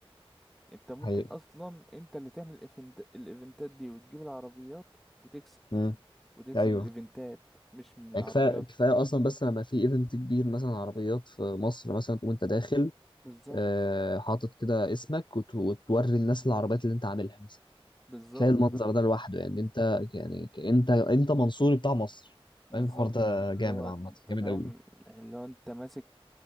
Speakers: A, in the centre; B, on the left.
A: انت ممكن
B: حقيقة
A: اصلا انت اللي تعمل الايفنت الايفنتات دي وتجيب العربيات وتكسب
B: مم.
A: وتكسب
B: ايوه
A: من الايفنتات مش من العربيات
B: يعني كفايه كفايه اصلا بس لما في ايفنت كبير مثلا عربيات في مصر مثلا تقوم انت داخل
A: بالظبط
B: آه حاطط كده اسمك وت... وتوري الناس العربيات اللي انت عاملها مثلا
A: بالظبط
B: كفايه المنظر
A: فانت
B: ده لوحده يعني انت يعني ك- انت انت منصوري بتاع مصر
A: بالظبط
B: يعني الحوار ده
A: اللي
B: جامد
A: هو
B: عامه
A: انت
B: جامد
A: فاهم اللي هو انت ماسك